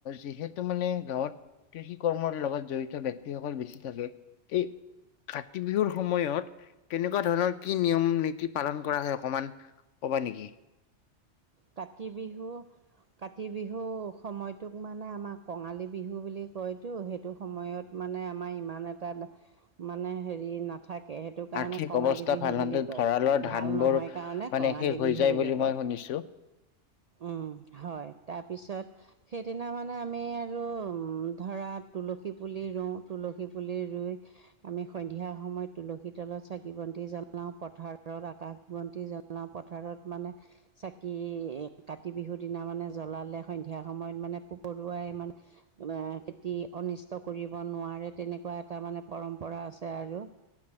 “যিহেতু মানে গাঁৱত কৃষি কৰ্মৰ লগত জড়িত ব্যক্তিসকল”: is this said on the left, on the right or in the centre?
Left